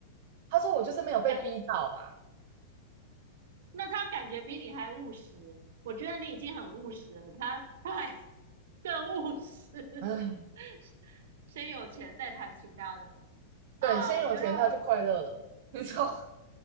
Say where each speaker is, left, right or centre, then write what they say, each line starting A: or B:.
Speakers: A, on the right; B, on the right.
A: 他说我就是没有被逼到啦，
B: 感，那他感觉比你还务实欸，我觉得你已经很务实了，他他还 <laughs> 更务实，
A: 唉，
B: <laughs> 先有钱再谈其他的啊，
A: 对，先有钱他就快乐了，
B: 我觉得，
A: 你知道吗？